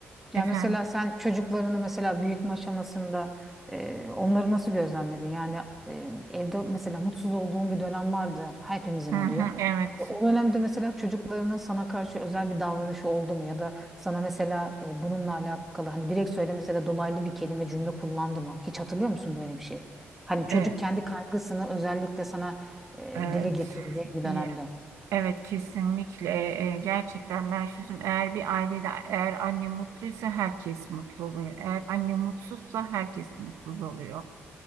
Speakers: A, in the centre; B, on the right.
A: Ya
B: Efendim.
A: mesela sen çocuklarını mesela büyütme aşamasında e, onları nasıl gözlemledin? Yani e, evde mesela mutsuz olduğun bir dönem vardır. Hepimizin
B: Hı hı,
A: oluyor.
B: evet.
A: E, O dönemde mesela çocuklarının sana karşı özel bir davranışı oldu mu? Ya da sana mesela e, bununla alakalı hani direkt söylemese de dolaylı bir kelime cümle kullandı mı? Hiç hatırlıyor musun böyle bir şey? Hani çocuk
B: E,
A: kendi kaygısını özellikle sana e,
B: evet.
A: dile getirdiği bir dönemde.
B: E, evet kesinlikle. E, gerçekten ben şunu eğer bir ailede eğer anne mutluysa herkes mutlu oluyor. Eğer anne mutsuzsa herkes mutsuz oluyor.